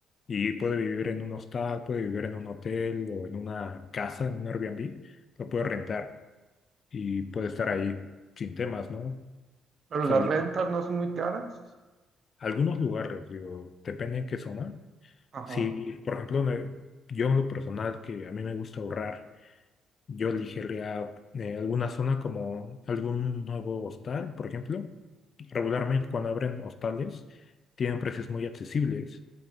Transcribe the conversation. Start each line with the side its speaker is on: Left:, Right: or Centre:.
Left: y puede vivir en un hostal, puede vivir en un hotel o en una casa, en un Airbnb, lo puede rentar y puede estar ahí sin temas, ¿no?
Right: Pero
Left: Salir.
Right: las rentas no son muy caras.
Left: a Algunos lugares, digo, depende en qué zona.
Right: Ajá.
Left: Sí, por ejemplo, me- yo en lo personal, que a mí me gusta ahorrar, yo elegiría eh, alguna zona como algún nuevo hostal, por ejemplo. Regularmente cuando abren hostales tienen precios muy accesibles